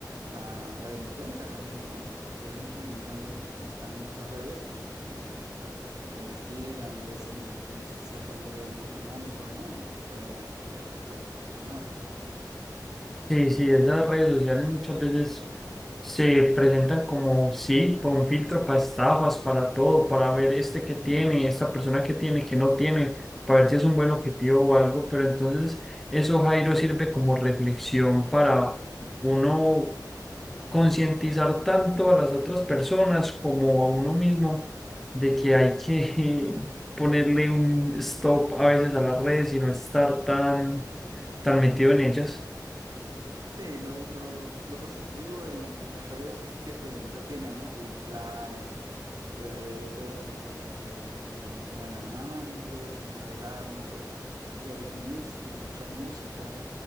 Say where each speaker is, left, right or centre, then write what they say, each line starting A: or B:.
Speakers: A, on the right (about 60°); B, in the centre.
A: a la delincuencia también, ¿no? Porque hay muchos delincuentes que están en estas redes y, y- y te investigan y ves si tienes cierto nivel económico, ¿no? Y te pueden este, hasta extorsionar.
B: Sí, sí, esas redes sociales muchas veces se presentan como, sí, con un filtro para estafas, para todo, para ver este que tiene, esta persona que tiene, que no tiene, para ver si es un buen objetivo o algo, pero entonces eso, Jairo, sirve como reflexión para uno concientizar tanto a las otras personas como a uno mismo de que hay que <laughs> ponerle un stop a veces a las redes y no estar tan, tan metido en ellas.
A: Sí, lo, lo- lo positivo de, de las redes es que te entretienen, ¿no? Te distraen, puedes ver, puedes tener este, la información a la mano, puedes navegar, ¿no? Puedes ver música, escuchar música.